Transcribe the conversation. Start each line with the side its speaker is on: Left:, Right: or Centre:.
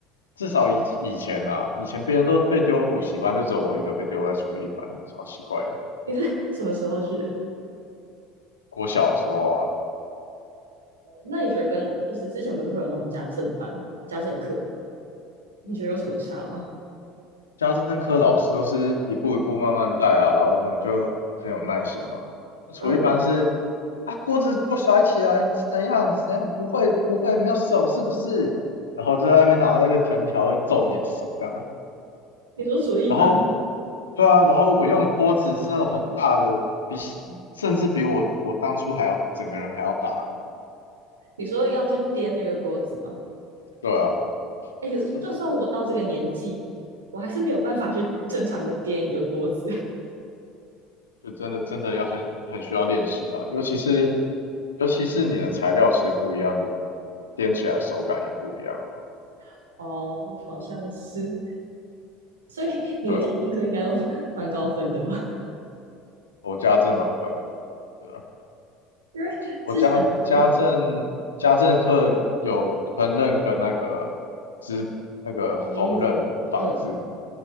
Left: 至少以以前啊，以前别人都被丢补习班，就只有我一个被丢在厨艺班，超奇怪的。
Right: <laughs> 你是什么时候去的？
Left: 国小的时候啊，
Right: 那你觉得跟就是之前不是会有那种家政班、家政课，你觉得有什么差吗？
Left: 家政课老师都是一步一步慢慢带啊，然后呢就很有耐心嘛。那厨艺班是
Right: 嗯，
Left: 啊，锅子不甩起来，你是怎样怎样不会不会没有手是不是？然后就在外面拿那个藤条会揍你的手这样。
Right: 你说厨艺班，
Left: 然后对啊，然后我用的锅子是那种很大的，比甚至比我我当初还要整个人还要大。
Right: 你说要去颠那个锅子吗？
Left: 对啊，
Right: 哎，可是就算我到这个年纪，
Left: 这
Right: 我还是没有办法去正常的颠一个锅子。
Left: 就真的真的要很很需要练习啊，尤其是尤其是你的材料其实不一样，你颠起来手感也不一样啊。
Right: <laughs> 哦，好像是，所以你的家政课应该都蛮高分的吧？
Left: 对啊，我家政满分啊，对啊，
Right: <laughs> 因为之前，
Left: 我家家政家政课有烹饪跟那个织那个缝纫纺织，
Right: 嗯，洗衣服，嗯，